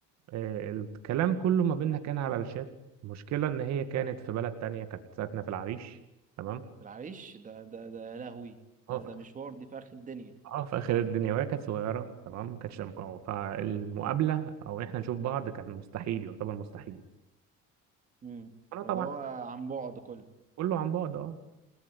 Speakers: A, on the right; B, on the right.
A: آه، الكلام كله ما بيننا كان على الشات المشكلة إن هي كانت في بلد تانية كانت ساكنة في العريش تمام
B: العريش ده ده ده يا لهوي
A: اه
B: ده
A: في
B: ده مشوار دي في آخر الدنيا
A: اه في آخر الدنيا وهي كانت صغيرة تمام ما كانتش فالمقابلة أو إحنا نشوف بعض كان مستحيل يعتبر مستحيل
B: امم
A: انا طبعا
B: اللي هو عن بعد كله
A: كله عن بعد اه